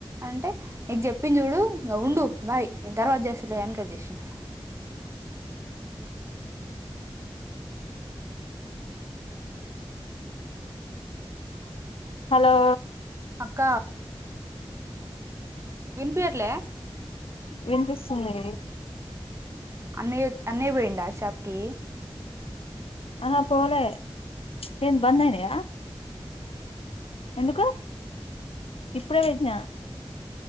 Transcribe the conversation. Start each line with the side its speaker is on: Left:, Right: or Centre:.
Right: అంటే నీకు చెప్పి చూడు ఉండు బాయ్ తర్వాత చేస్తలే ఎనకర్ చేసినా
Left: అ హలో
Right: అక్క వినిపియాట్లే
Left: విపిస్తుంది
Right: అన్న అన్నయ పోడా షాప్కి
Left: అనా పోలే ఏన్ బందేనయ ఎందుకు ఇప్పుడే విజా